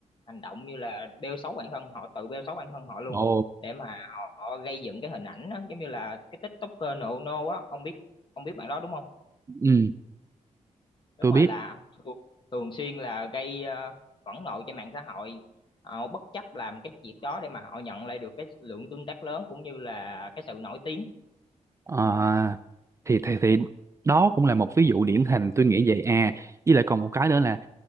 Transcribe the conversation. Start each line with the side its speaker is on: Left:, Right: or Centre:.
Left: hành động như là bêu xấu bản thân họ tự bêu xấu bản thân họ luôn
Right: ồ
Left: để mà họ, họ gây dựng cái hình ảnh đó, giống như là cái TikToker nộ nô á ông biết ông biết bạn đó đúng không
Right: ừ
Left: đúng
Right: tôi
Left: rồi
Right: biết
Left: là thường, thường xuyên là gây ờ, phẫn nộ trên mạng xã hội họ bất chấp làm cái việc đó để mà họ nhận lại được cái lượng tương tác lớn cũng như là cái sự nổi tiếng
Right: À, thì thì thì đó cũng là một ví dụ điển hình tôi nghĩ vậy à với lại còn một cái nữa là